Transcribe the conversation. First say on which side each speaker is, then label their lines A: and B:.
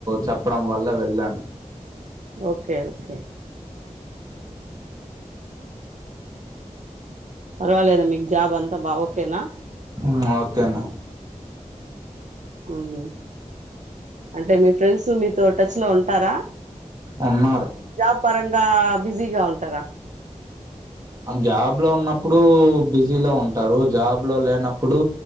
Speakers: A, on the right; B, on the right.
A: చెప్పడం వల్ల వేలం
B: ఓకే ఓకే పర్వాలేదా మీకు జాబ్ అంతా బా ఓకేనా
A: ఉ ఓకే అన్న
B: హ్మ్. అంటే మీ ఫ్రెండ్స్ మీతో, టచ్ లో ఉంటారా?
A: ఉన్నారు
B: జాబ్ పరంగా బిజీగా ఉంటారా
A: జాబ్ లో ఉన్నప్పు ఇప్పుడు బిజీలో ఉంటారు, జాబ్ లో లేనప్పుడు